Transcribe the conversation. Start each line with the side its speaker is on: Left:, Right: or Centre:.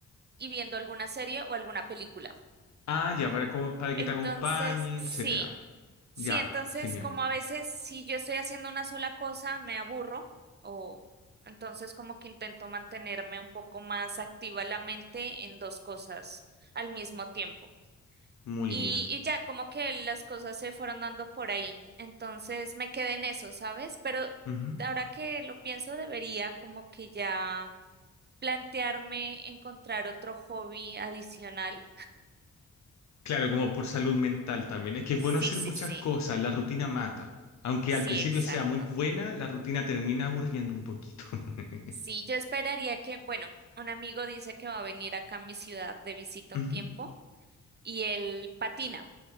Right: y viendo alguna serie o alguna película.
Left: Ah, ya, para, co- para
Right: Entonces,
Left: que te acompañe,
Right: sí.
Left: etcétera.
Right: Sí,
Left: Ya,
Right: entonces
Left: genial.
Right: como a veces si yo estoy haciendo una sola cosa me aburro o entonces como que intento mantenerme un poco más activa la mente en dos cosas al mismo tiempo.
Left: Muy
Right: Y,
Left: bien.
Right: y ya como que las cosas se fueron dando por ahí. Entonces me quedé en eso, ¿sabes? Pero
Left: Ujú.
Right: ahora que lo pienso debería como que ya plantearme encontrar otro hobby adicional.
Left: Claro, como por salud mental también. Es que es
Right: Sí,
Left: bueno hacer
Right: sí,
Left: muchas
Right: sí.
Left: cosas, la rutina mata. Aunque
Right: Sí,
Left: al principio
Right: exacto.
Left: sea muy buena, la rutina termina aburriendo un poquito. <laughs>
Right: Sí, yo esperaría que, bueno, un amigo dice que va a venir acá a mi ciudad de visita
Left: Ujú.
Right: un tiempo y él patina,